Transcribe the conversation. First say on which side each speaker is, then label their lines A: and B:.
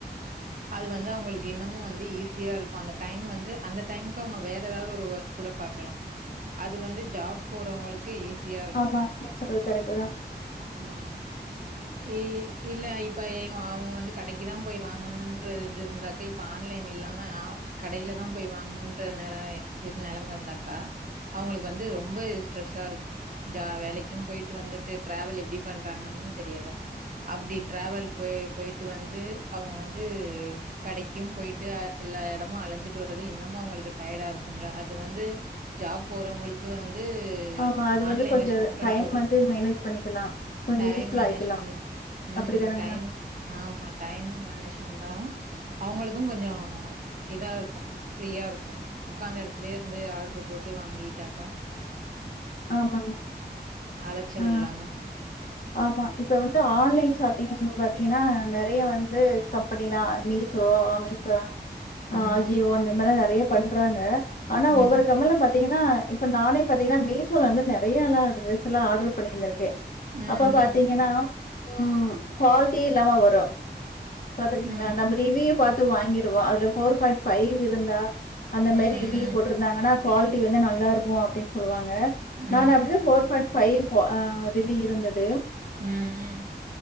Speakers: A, on the right (about 50°); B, on the left (about 50°).
A: அது வந்து அவுங்களுக்கு இன்னமு வந்து ஈஸியா இருக்கு அந்த டைம் வந்து அந்த டைம்க்கு அவுங்க வேற ஏதாவது ஒரு ஒர்க் கூட பாக்லா அது வந்து ஜாப் போறவங்களுக்கு ஈஸியா இருக்கு
B: ஆமா. நீங்க சொல்றது கரெக்ட் தான்.
A: ம் ஏ இல்ல இப்ப அவுங்க வந்து கடைக்கு தா போய் வாங்கணுன்ற இது இருந்தா க இப்ப ஆன்லைன் இல்லாம ஆ கடையில தா போய் வாங்கணுன்ற நேர நெலம இருந்தாக்கா அவுங்களுக்கு வந்து ரொம்ப இது ஸ்ட்ரெஸ்ஸா இருக்கும் ஜா வேலைக் க்கும் போயிட்டு வந்துட்டு டிராவல் எப்டி பண்றாங்கன்னு தெரியல அப்டி ட்ரவல் போய் போயிட்டு வந்து அவுங்க வந்து கடைக்கும் போயிட்டு அ எல்லா எடமு அழஞ்சிட்டு வர்றது இன்னமு அவுங்களுக்கு டயர்டா இருக்கும்ல அத் அது வந்து ஜாப் போறவுங்களுக்கு வந்து
B: ஆமா அது
A: ஆன்லைன்ல
B: வந்து கொஞ்சம்
A: ஷாப் பண்றது
B: டைம் வந்து மேனேஜ் பண்ணிக்கலாம். கொஞ்சம்
A: டைம்
B: யூஸ்ஃபுல்லா
A: மேனேஜ்மெண்ட்
B: ஆயிக்கலாம்.
A: ம்
B: அப்படிதானங்க?
A: டைம் ஆமா டைம் மேனேஜ்மெண்டாவு அவுங்களுக்கு கொஞ்சோ இதா இருக்கு ஃப்ரீயா இருக்கு உக்காந்த எடத் திலே இருந்து ஆர்ட்ரு போட்டு வாங்கிட்டாக்கா
B: ஆமாங்க
A: அலச்சல்
B: ஆ
A: இல்லாம
B: ஆமா இப்ப வந்து ஆன்லைன் ஷாப்பிங்ன் பாத்தீங்கன்னா நறைய வந்து இப்ப பட்டீலா மீசோ அமேசான் அஜியோ
A: ம்.
B: அந்த மாரில்லா நறைய பண்றாங்க ஆனா
A: ம்.
B: ஒவ்வொரு கம்பென்ல பாத் திங்கன்னா இப்ப நானே பாத்தீங்கன்னா மீசோல இருந்து நறையலா டிரெஸ் சுலா ஆர்டர் பண்ணியிருந்திருக்க
A: ம். ம்.
B: அப்ப பாத்தீங்கன்னா ம் குவாலிட்டியே இல்லாம வரு பாத்துருக்கீங்களா
A: ம்.
B: நம்ம ரிவியூ பாத்து வாங்கிருவோ அதுல ஃபோர் பாயிண்ட் ஃபைவ் இருந்தா அந்த
A: ம்.
B: மாரி
A: ம்.
B: ரிவியூ போட்டிருந்தாங்கன்னா குவாலிட்டி வந்து நல்லா இருக்கு அப்டின் சொல்லுவாங்க
A: ம்.
B: நானு அப்டிதா
A: ம்.
B: ஃபோர் ஃபைவ் அ ரிவி இருந்துது
A: ம்